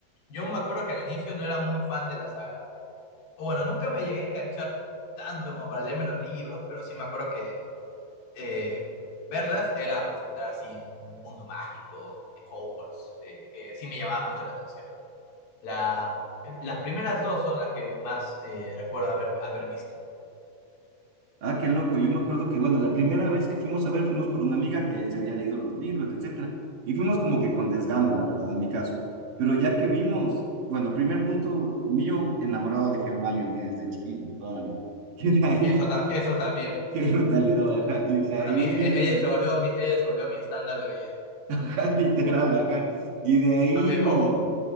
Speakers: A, on the left; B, on the right.
A: Yo me acuerdo que al inicio no era muy fan de la saga. O bueno, nunca me llegué a enganchar tanto como para leerme los libros, pero sí me acuerdo que eh, verlas era pues entrar así en un mundo mágico, en Hogwarts, eh, que sí me llamaba mucho la atención. La, las primeras dos son las que más eh, recuerdo haber, haber visto.
B: Ah, qué loco. Yo me acuerdo que, bueno, la primera vez que fuimos a ver, fuimos por una amiga que se había leído los libros, etcétera. Y fuimos como que con desgano, la verdad, en mi caso. Pero ya que vimos, bueno, primer punto mío, enamorado de Hermione y desde chiquito, toda la vida. <laughs> Que de ahí,
A: Eso, tam- eso también,
B: qué brutalidad, ajá.
A: Di-
B: Y de
A: para
B: ahí,
A: mí, e- ella se volvió mi, ella se volvió mi estándar de belleza.
B: <laughs> ajá, literal, ajá. Y de ahí,
A: Aunque, ojo,